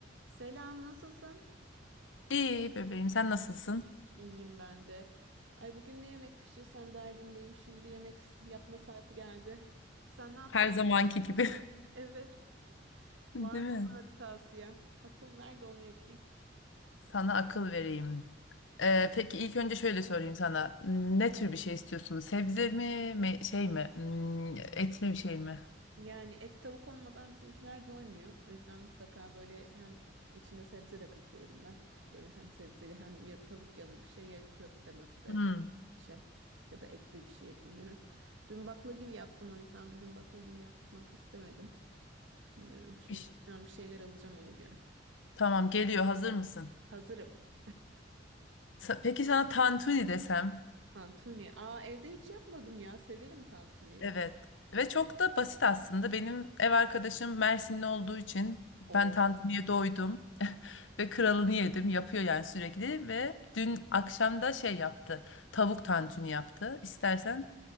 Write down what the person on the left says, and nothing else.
İyi bebeğim sen nasılsın?
Her zamanki gibi.
<laughs>
Değil mi?
Sana akıl vereyim. Ee, peki ilk önce şöyle sorayım sana. Ne tür bir şey istiyorsun? Sebze mi, me- şey mi? Hmm, et mi bir şey mi?
Hmm.
Bir ş-
Tamam geliyor. Hazır mısın?
Sa- peki sana tantuni desem?
Evet ve çok da basit aslında. Benim ev arkadaşım Mersinli olduğu için ben
tantuniye doydum <laughs> ve kralını yedim. Yapıyor yani sürekli ve dün akşam da şey yaptı. Tavuk tantuni yaptı. İstersen